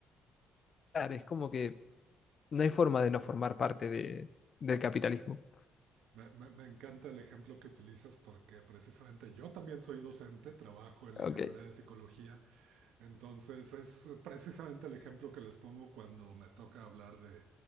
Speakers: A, on the left; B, on the right.
A: es como que No hay forma de no formar parte de, del capitalismo.
B: Me, me- me encanta el ejemplo que utilizas porque precisamente yo también soy docente, trabajo en
A: Ok.
B: la carrera de psicología Entonces es precisamente el ejemplo que les pongo cuando me toca hablar de